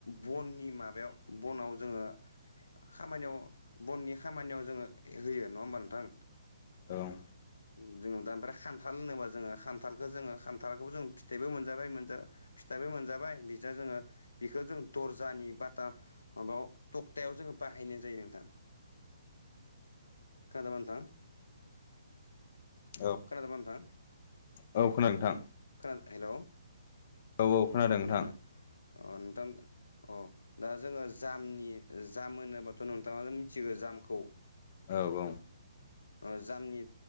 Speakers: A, on the left; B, on the left.
A: बननि माबायाव बनाव जोङो खामानियाव बननि खामानियाव जोङो होयो नङा होमबा नोंथां?
B: औ
A: <inaudible> जोङो दा ओमफ्राय खान्थाल होनोबा जोङो खान्थालखौ जोङो खान्थालखौबो जों फिथाइबो मोनजाबाय मोनजाबाय। फिथाइबो मोनजाबाय बिजा जोङो बेखौ जों दर्जानि बाटा माबाव टक्तायाव जोङो बाहायनाय जायो नोंथां। खोनादोना नोंथां?
B: औ
A: खोनादोंबा नोंथां
B: औ खोनादों नोंथां
A: खोना हेलौ
B: औ औ खोनादों
A: अ
B: नोंथां
A: खोनादो अ नोंथां। अ दा जोङो जामनि जाम होनोबाथ' नोंथाङा नो मिथिगो जामखौ।
B: औ औ।
A: ओ जामनि